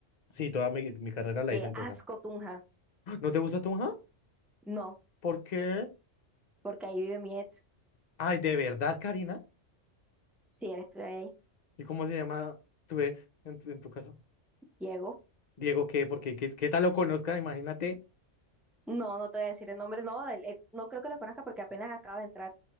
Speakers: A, on the left (about 45°); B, in the centre.
A: sí, toda mi, mi carrera la
B: Qué
A: hice en Tunja.
B: asco, Tunja.
A: ¡Ah! ¿No te gusta Tunja?
B: No,
A: ¿Por qué?
B: porque ahí vive mi ex.
A: Ay, ¿de verdad, Karina?
B: Si él estudia ahí,
A: ¿Y cómo se llama tu ex en, tu en tu caso?
B: Diego.
A: Diego, ¿qué? Porque qué, qué tal lo conozca, imagínate.
B: No, no te voy a decir el nombre. No, él- él- no creo que lo conozca porque apenas acaba de entrar